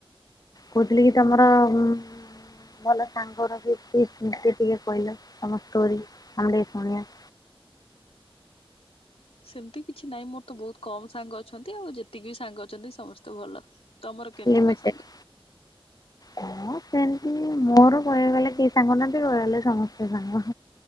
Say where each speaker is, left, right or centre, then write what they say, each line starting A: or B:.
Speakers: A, on the left (about 40°); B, on the left (about 80°).
A: କହୁଥିଲି କି ତମର ଉଁ ଭଲ ସାଙ୍ଗର ବିତି <unintelligible> ଟିକେ କହିଲ ତମ ଷ୍ଟୋରି ଆମେ ଟେ ଶୁଣିବା?
B: ସେମିତି କିଛି ନାହିଁ ମୋର ତ ବହୁତ୍ କମ୍ ସାଙ୍ଗ ଅଛନ୍ତି। ଆଉ ଯେତିକି ବି ସାଙ୍ଗ ଅଛନ୍ତି ସମସ୍ତେ ଭଲ। ତମର କେମିତି
A: ଲିମିଟେଡ଼
B: କଣ ସାଙ୍ଗ?
A: ହଁ ସେମତି ମୋର କହିବାଗଲେ କେହି ସାଙ୍ଗ ନାହାନ୍ତି କହିଆଗଲେ ସମସ୍ତେ ସାଙ୍ଗ।